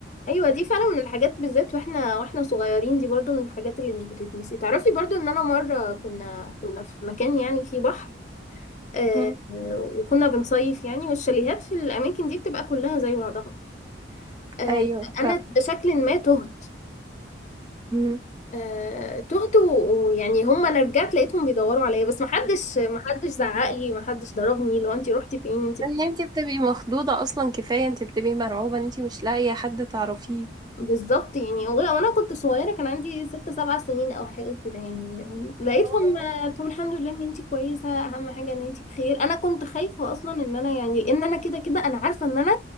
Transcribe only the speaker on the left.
ايوه دي فعلا من الحاجات بالذات واحنا واحنا صغيرين دي برضو من الحاجات اللي مش بتتنسي تعرفي برضو ان انا مره كنا كنا في مكان يعني فيه بحر آه
وكنا بنصيف يعني والشاليهات في الاماكن دي بتبقى كلها زي بعضها آه
انا بشكل ما تهت
آه، تهت و- ويعني هم انا رجعت لقيتهم بيدوروا عليا بس محدش محدش زعق لي محدش ضربني لو انت رحتي فين انت
بالظبط يعني ولا- وانا كنت صغيره كان عندي ست سبع سنين او حاجه كده يعني لقيتهم
آه، قلت لهم الحمد لله ان انت كويسه اهم حاجه ان انت بخير انا كنت خايفه اصلا ان انا يعني ان انا كده كده انا عارفه ان انا